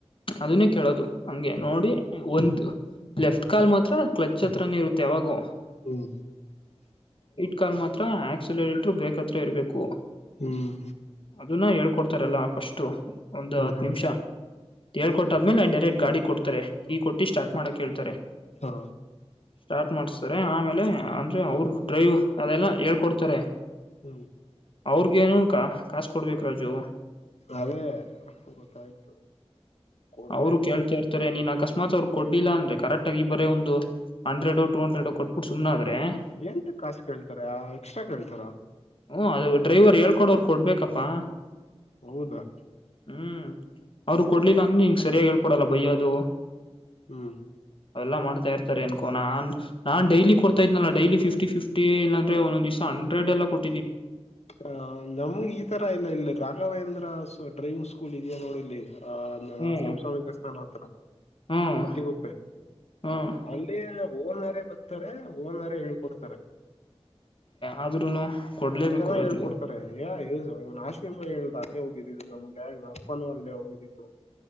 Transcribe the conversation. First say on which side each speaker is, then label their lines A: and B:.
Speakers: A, on the left (about 55°); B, on the left (about 85°).
A: ಅದನ್ನೇ ಕೇಳೋದು ಹಂಗೆ ನೋಡಿ ಒಂದು ಲೆಫ್ಟ್ ಕಾಲ್ ಮಾತ್ರ ಕ್ಲಚ್ ಹತ್ರನ ಇರುತ್ತೆ ಯಾವಾಗೂ
B: ಹ್ಮ್
A: ಕಾಲ್ ಮಾತ್ರ ಆಕ್ಸಲೇಟ ಬೇಕತ್ರ ಇರಬೇಕು
B: ಹ್ಮ್
A: ಅದನ್ನ ಹೇೊಡ್ ತರಲ್ಲಫಷ್ಟು ಒಂದು
B: ಹ್ಮ್
A: ಹತ್ತು
B: ಹ್ಮ್
A: ನಿಮಿಷ ಹೇಳ್ಕೊಟ್ಟ್ಮೇಲೆ ನ ಡೈರೆಕ್ಟ್ ಗಾಡಿ ಕೊಡ್ತಾರೆ ಈ ಕೊಟ್ಟು ಸ್ಟಾರ್ಟ್ ಮಾಡೋಕ್ಕೆ ಹೇಳ್ತಾರೆ
B: ಹಾ
A: ಸ್ಟಾರ್ಟ್ ಮಾಡ್ಸ್ತಾರೆ ಆಮೇಲೆ ಅಂದ್ರೆ ಅವ್ರ ಡ್ರೈವ್ ಅದೆಲ್ಲ ಹೇಳ್ಕೊಡ್ತಾರೆ
B: ಹ್ಮ್
A: ಅವ್ರಗೇನಕ ಕಾಸ ಕೊಡ್ಬೇಕ ರಾಜು
B: ಅದೇ ಗೊತ್ತಾಯ್ತು ಕೊಡ್ಬೇಕು
A: ಅವ್ರು ಕೇಳ್ತಾ ಇರ್ತಾರೆ ನೀನ್ ಅಕಸ್ಮಾತ್ ಅವ್ರರು ಕೊಡಲಿಲ್ಲಾ ಅನ್ರಿ ಕರೆಕ್ಟ್ ಆಗಿ ಬರೇ ಒಂದು ಹಂಡ್ರೆಡ್ ಟೂ ಹಂಡ್ರೆಡ್ ಕೊಟ್ಬಿು ಸುಮ್ಮದರೆ ಅದೆ
B: ಏನ್ರಿ ಕಾಸ್ ಕೇಳ್ತಾರ ಎಕ್ಸ್ಟ್ರಾ ಕೇಳ್ತಾರ
A: <inaudible> ಹ ಅದು ಡ್ರೈವರ್ ಹಳ್ಕಡವರ್ ಕೊಡ್ಬೇಕಪ್ಪಾ
B: ಹೌದಾ
A: ಹ್ಮ್ ಅವ್ರು ಕೊಡ್ಲಿಲ್ಲ ಅನ್ ನೀನ್ ಹಿಂಗ ಸರಿಯಾಗಿ ಹೇಳ್ಪೊಡಲ್ಲ ಬಯ್ಯ ಅದು
B: ಹ್ಮ
A: ಅವೆಲ್ಲ ಮಾಡತ ಇರ್ತಾರೆ ಅನ್ಕೋ ನಾನ್ ನಾನ್ ಡೈಲಿ ಕೊಡ್ತಾ ಇದ್ನಲ್ಲ ಡೈಲಿ ಫಿಫ್ಟಿ ಫಿಫ್ಟಿ ಇ ಅಂದ್ರೆ ಒಂದೊಂದ ದ್ಸ ಹಂಡ್ರೆಡ್ ಎಲ್ಲ ಕೊಟ್ಟ <inaudible>
B: ಹ ನಮ್ಗೆ ಈ ತರ ಇಲ್ಲ ಇಲ್ಲ ರಾ ವೇಂದ್ರ ಡ್ರೈವಿಂಗ್ ಸ್ಕೂಲ್ ಇದೆಯಾ ನೋಡಿಲ್ಲಿ ಆ ನರಸಿಂಹಸ್ವಾಮಿ
A: ಹ್ಮ್
B: ದ ಸ್ಥಾನ ಹತ್ರತ್ರ
A: ಹ್ಮ್
B: ಅತಿಗುಪ್ಪೆ
A: ಹ್ಮ್
B: ಅಲ್ಲಿ ಓನಾರೇ ಬರ್ತಾರೆ ಓನಾರ ಹೇಳ್ಕೊಡ್ತಾರೆ
A: ಆದ್ರೂನು ಕೊಡ್ಲೇಬೇಕು
B: ಮ ಚೆನ್ನಾಗಿ
A: ರಾಜು
B: ಹೇಳ್ಕೊಡ್ತಾರೆ ಯ ನಾದ ದ ಹ ಅಲ್ಲೇ ಹೋಗಿದ್ದಿದಿದ್ದು ನಮ್ ಡ್ಯಾಡ್ ಅಪ್ಪಾನೂ ಅಲ್ಲೇ ಹೋಗಿದ್ದಿದಿದ್ದು